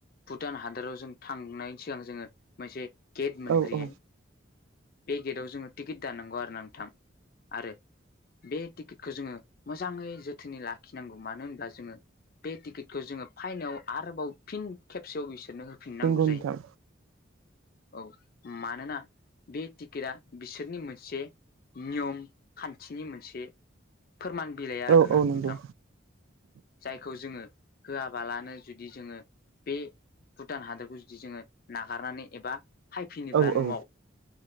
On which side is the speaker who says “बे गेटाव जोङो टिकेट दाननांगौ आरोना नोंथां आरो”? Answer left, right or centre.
Left